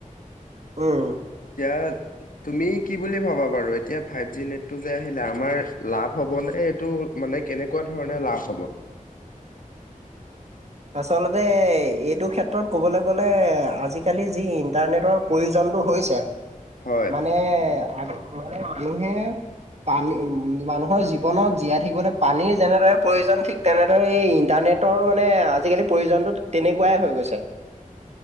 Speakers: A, on the right; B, on the left.
A: উম।
B: এতিয়া তুমি কি বুলি ভাবা বাৰু? এতিয়া ফাইভ জি নেটটো যে আহিলে আমাৰ লাভ হ'বনে এইটো মানে কেনেকুৱা ধৰণে লাভ হ'ব?
A: আচলতে এইটো ক্ষেত্ৰত ক'বলৈ গ'লে আজিকালি যি ইণ্টাৰনেটৰ প্ৰয়োজনতটো হৈছে,
B: হয়
A: মানে <unintelligible> মানুহে পানী, মানুহৰ জীৱনত জীয়াই থাকিবলৈ পানীৰ যেনেদৰে প্ৰয়োজন ঠিক তেনেদৰে এই ইন্টাৰনেটৰ মানে আজিকালি প্ৰয়োজনতো তেনেকুৱাই হৈ গৈছে।